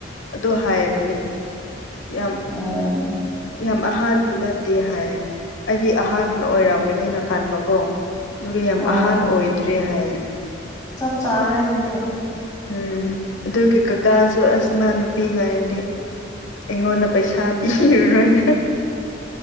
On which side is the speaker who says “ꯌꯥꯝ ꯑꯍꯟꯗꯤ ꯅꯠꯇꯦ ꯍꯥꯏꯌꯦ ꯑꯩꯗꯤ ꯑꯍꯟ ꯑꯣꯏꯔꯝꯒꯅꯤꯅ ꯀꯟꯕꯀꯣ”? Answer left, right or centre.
Left